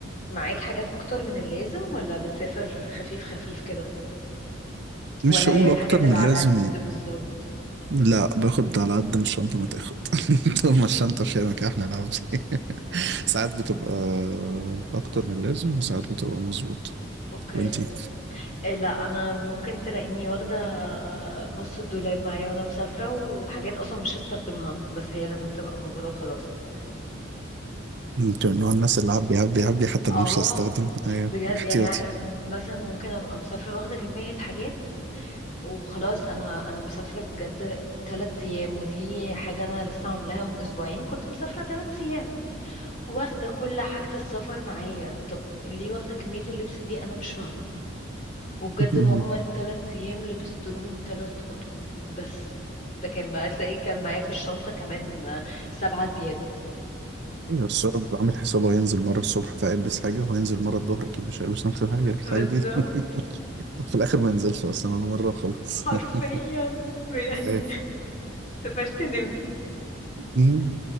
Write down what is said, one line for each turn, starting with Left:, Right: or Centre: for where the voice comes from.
Left: معاك حاجات اكتر من اللازم ولا بتسافر خفيف خفيف كده
Right: مش
Left: ولا
Right: هقول
Left: هي الحاجات
Right: اكتر
Left: اللي
Right: من
Left: على
Right: لازم
Left: القد بالظبط
Right: لا باخد على قد ما الشنطه ما تاخد <laughs> طول ما الشنطه في مكان احنا نعمل <laughs> إيه. ساعات بتبقى اكتر من لازم وساعات بتبقى مظبوط
Left: اوكي
Right: وانتي
Left: إيه، لا انا ممكن تلاقيني واخده نص الدولاب معايا وانا مسافره وحاجات اصلا مش هستخدمها بس هي لازم تبقى موجوده وخلاص
Right: انت من نوع الناس اللي عبي عبي عبي حتى
Left: اه
Right: لو مش هستخدم ايوه
Left: بجد
Right: احتياطي
Left: يعني ع- م- مثلا ممكن ابقى مسافره واخده كميه حاجات وخلاص انا انا مسافره بجد تلات ايام ودي حاجه انا لسه عاملاها من اسبوعين كنت مسافره تلات ايام واخدة كل حاجة السفر معايا طب ليه واخدة كمية اللبس دي أنا مش فاهمة وبجد
Right: <laughs>
Left: هما التلات أيام لبست لهم تلات أطقم بس لكن بقى تلاقيه كان معايا في الشنطة كمان آه، سبعة زيادة
Right: ايوه الشباب عامل حسابه هينزل مره الصبح فيلبس حاجه وهينزل مره الظهر اكيد مش هيلبس نفس الحاجه يلبس
Left: بالظبط
Right: الحاجه دي <laughs> في الاخر ما ينزلش اصلا ولا مره وخلاص
Left: حرفيا
Right: <laughs>
Left: بجد
Right: ايه
Left: سافرت نمت
Right: مم.